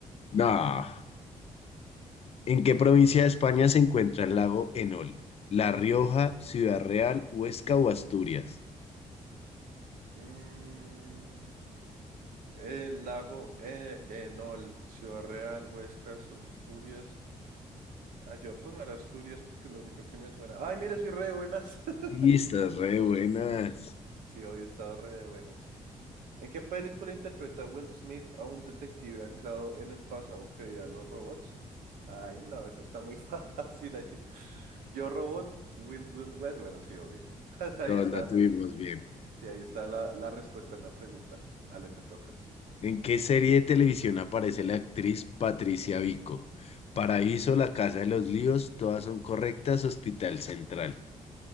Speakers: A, on the left; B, on the right.
A: No. ¿En qué provincia de España se encuentra el lago Enol? ¿La Rioja, Ciudad Real, Huesca o Asturias?
B: Mm, el lago eh, Enol, Ciudad Real, Huescas, Asturias. Ah, yo voy a poner Asturias porque es la única que me suena. Ay, mira, soy re de buenas. <laughs>
A: Sí, estás re buenas.
B: Sí, hoy he estado re de buenas. ¿En qué película interpreta Will Smith a un detective anclado en el pasado que veía a los robots? Ay, no, esa está muy <laughs> fácil. ahí. Yo Robot, Wild Wild West. Bueno, sí, obvio. <laughs> Ahí
A: Todas
B: está
A: la
B: la,
A: tuvimos bien.
B: sí, ahí está la, la respuesta en la pregunta. Ale, te toca.
A: ¿En qué serie de televisión aparece la actriz Patricia Vico? Paraíso, La Casa de los Líos, todas son correctas, Hospital Central.